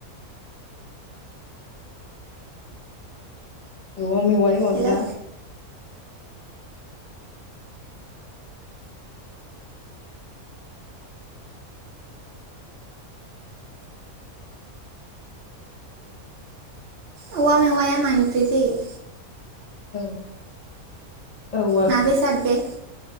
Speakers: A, on the left (about 60°); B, on the right (about 55°).
A: औवा मेवाय अनला
B: हेलौ औवा मेवाया मानिफ्राय जायो
A: औ औवा
B: मा बेसाद बे